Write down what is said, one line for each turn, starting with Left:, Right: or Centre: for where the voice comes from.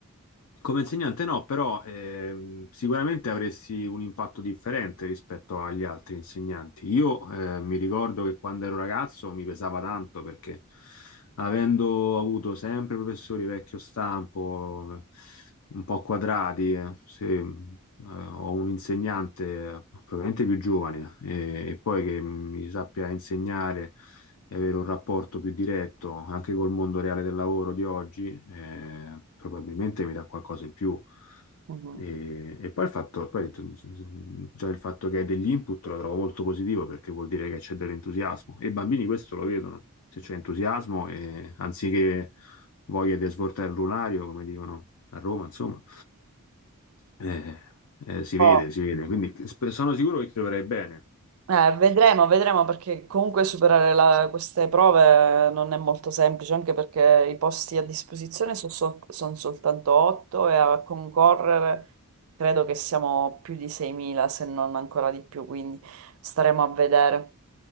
Left: Come insegnante no, però ehm, sicuramente avresti un impatto differente rispetto agli altri insegnanti. Io eh, mi ricordo che quando ero ragazzo mi pesava tanto perché avendo avuto sempre professori vecchio stampo, eh, un po' quadrati, eh, se, eh, ho un insegnante probabilmente più giovane eh, e poi che mi sappia insegnare e avere un rapporto più diretto anche col mondo reale del lavoro di oggi, eh, probabilmente mi dà qualcosa in più.
Right: Mhm.
Left: E, e poi il fatto, poi mm, mm, già il fatto che hai degli input lo trovo molto positivo perché vuol dire che c'è dell'entusiasmo e i bambini questo lo vedono, se c'è entusiasmo e anziché voglia di svoltare il lunario, come dicono a Roma, insomma, eh, eh, si vede,
Right: Oh,
Left: si vede, quindi sp- sono sicuro che ti troverai bene,
Right: Eh, vedremo, vedremo perché comunque superare la- queste prove non è molto semplice, anche perché i posti a disposizione sono soltanto 8 e a concorrere credo che siamo più di 6.000, se non ancora di più, quindi staremo a vedere.